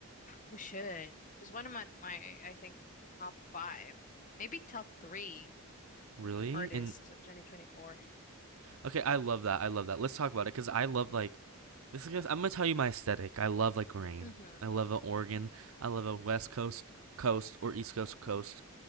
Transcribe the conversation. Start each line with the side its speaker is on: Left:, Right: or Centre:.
Left: We should. Just one of my, my I think top five, maybe top three
Right: Really?
Left: artists
Right: And
Left: of 2024.
Right: okay, I love that. I love that. Let's talk about it because I love like this is gonna, I'm gonna tell you my aesthetic. I love like rain.
Left: Mm-hmm.
Right: I love a Oregon. I love a West Coast coast or East Coast coast.